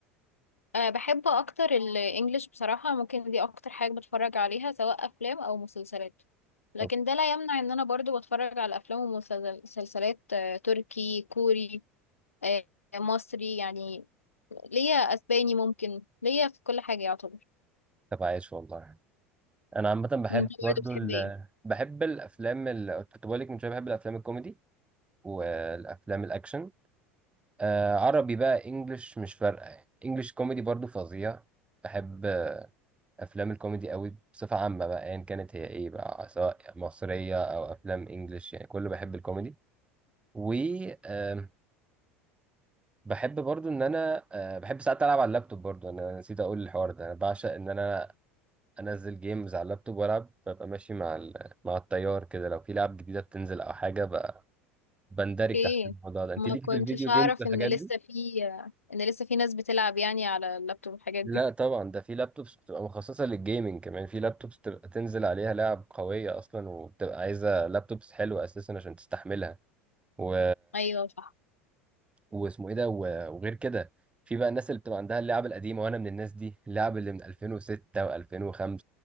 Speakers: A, on the left; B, on the right.
A: أه بحب أكتر الإنجليش بصراحة ممكن دي أكتر حاجة بتفرج عليها سواء أفلام أو مسلسلات لكن
B: أوك،
A: ده لا يمنع إن أنا برضه بتفرج على أفلام ومسلسلات آه، تركي كوري آه، مصري يعني ليا أسباني ممكن ليا في كل حاجة يعتبر
B: طب عايش والله انا عامه بحب
A: انت برضه
B: برضو
A: بتحب
B: ال...
A: ايه؟
B: بحب الافلام ال... كنت بقول لك من شويه بحب الافلام الكوميدي والافلام الاكشن آه عربي بقى انجلش مش فارقه يعني انجلش كوميدي برضو فظيع بحب آه، افلام الكوميدي قوي بصفه عامه بقى ايا يعني كانت هي ايه بقى سواء مصريه او افلام انجلش يعني كله بحب الكوميدي و آم، بحب برضو ان انا آه، بحب ساعات العب على اللابتوب برضو انا نسيت اقول الحوار ده انا بعشق ان انا انزل جيمز على اللابتوب والعب ببقى ماشي مع ال... مع التيار كده لو في لعب جديده بتنزل او حاجه ب... بندرج
A: اوكي
B: تحت الموضوع ده انت
A: ما
B: ليك
A: كنتش
B: في الفيديو
A: اعرف
B: جيمز والحاجات
A: ان لسه
B: دي
A: في ان لسه في ناس بتلعب يعني على اللابتوب والحاجات
B: لا
A: دي
B: طبعا ده في لابتوبس بتبقى مخصصه للجيمنج كمان في لابتوبس بتبقى تنزل عليها لعب قويه اصلا وبتبقى عايزه لابتوبس حلوه اساسا عشان تستحملها و...
A: ايوه صح
B: واسمه ايه ده و... وغير كده في بقى الناس اللي بتبقى عندها اللعب القديمه وانا من الناس دي اللعب اللي من 2006 و2005